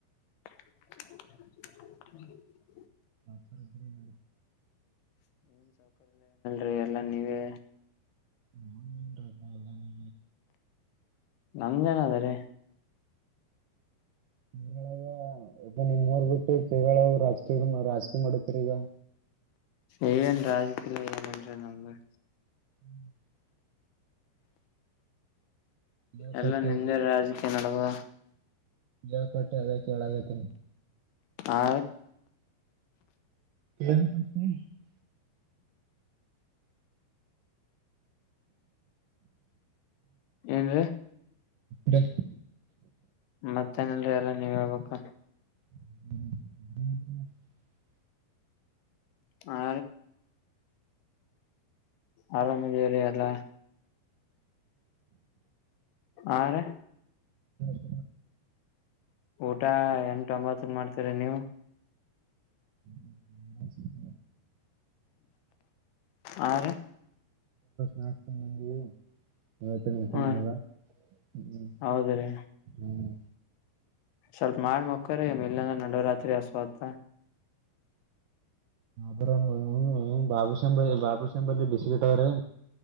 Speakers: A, on the left; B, on the right.
A: ಹ
B: ಆಫರ್ಬ ಹ್ಮ್
A: ರಿ ಎಲ್ಲ ನೀವೇ
B: ಹನ್ ಎಲ್ಲ ನೀ
A: ನಮ್ದೇಏನ ಅದಾರೋ
B: ನಿಳಗ ಈಗ ನಿಮ್ ಮೂರ್ ಬಿಟ್ಟು ತಳ ರಾಜಕೀಯ ರಾಜಕೀಯ ಮಾಡತರಿ ಈಗ
A: ಏನ್ರ ರಾಜಕೀಲ ಏನನ್ರೀ ನಂಗಗೆ
B: ಹ್ಮ್ ಕೇಳ್ಪಟ್ಟೆ
A: ಎಲ್ಲಾ ನಿಮ್ದೆ ರಾಜಕೀಯ ನಡದ
B: ಇಪಟ್ಟೆ ಅದಕ್ಕೆಗತನ
A: ಹಾ
B: <unintelligible>
A: ಏನ್
B: ಮತ್ತ
A: ಮತ್ತೇನಲ್ರಿ ಎಲ್ಲ ನೀವ್ ಹೇಳ್ಬೇಕ
B: ಹ್ಮ್
A: ಹಾ ಆರಾಮ ಇದೀರಿ ಎಲ್ಲ ಆ ರೀ
B: ಹಟ
A: ಊಟ ಎಂಟ ಒಂಬತ್ತನ್ ಮಾಡ್ತೀರಿ ನೀವು
B: ಹ್ಮ
A: ಆ
B: ನಾಕಕಂದಗೆ ನತ ಊಟ
A: ಹ್ಮ
B: ಮಾಡದ ಹ್ಮ
A: ಹೌದ್ರಿ
B: ಹ್ಮ್
A: ಸ್ವಲ್ಪ ಮಾಡ ಮುಕ್ಕರ ಇಲ್ಲಂದ್ರ ನಡವ ರಾತ್ರಿ ಹಸುತ
B: ಬರ ಬಾಬು ಸಂಂಬ ಬಾಬು ಸಂಂಬರ್ಲಿ ಬಿಸಿಗಟ್ಟವ್ರ